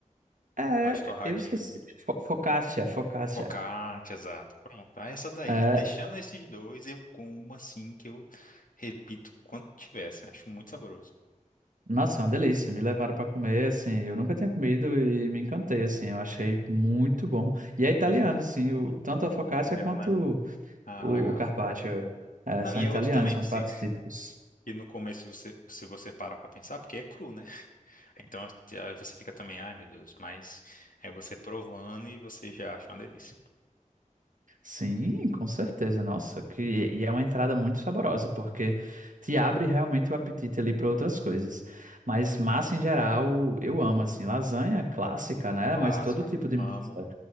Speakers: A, on the right; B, on the left.
A: é,
B: Mais torradinha,
A: eu esqueci.
B: assim.
A: Fo- Focaccia, focaccia.
B: Focaccia, exato. Pronto. Aí essa daí,
A: É,
B: deixando esses dois, eu como assim, que eu repito quanto tiver, assim. Acho muito saboroso.
A: nossa, é uma delícia. Me levaram para comer, assim. Eu nunca tinha comido e me encantei, assim. Eu achei muito bom. E é italiano,
B: <laughs>
A: sim. O, tanto a focaccia
B: Olhando,
A: quanto
B: né? Ah,
A: o,
B: legal.
A: o carpaccio, é,
B: Não,
A: são
B: e
A: italianos,
B: é outro também,
A: são
B: que,
A: pratos
B: se,
A: típicos.
B: que no começo, você, se você parar pra pensar, porque é cru, né? Então aí você fica também, ai meu Deus, mas é você provando e você já acha uma delícia.
A: Sim, com certeza. Nossa, que e é uma entrada muito saborosa, porque te abre realmente o apetite ali para outras coisas. Mas
B: Uhum.
A: massa em geral, eu amo assim, lasanha clássica, né?
B: Clássica,
A: Mas todo tipo de
B: amo.
A: massa.